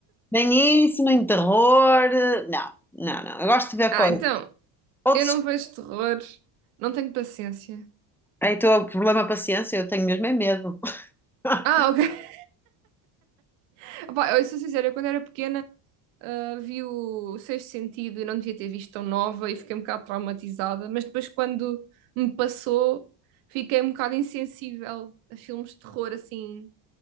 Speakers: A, in the centre; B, on the right (about 80°).
A: nem isso, nem terror, não, não, não. Eu gosto de ver
B: Ah,
A: coisas.
B: então,
A: Ou
B: eu
A: des...
B: não vejo terror, não tenho paciência.
A: Então, problema paciência, eu tenho mesmo é medo. <laughs>
B: Ah, ok. <laughs> Pá, eu sou sincera, eu quando era pequena ah, vi o Sexto Sentido e não devia ter visto tão nova e fiquei um bocado traumatizada, mas depois quando me passou, fiquei um bocado insensível a filmes de terror assim,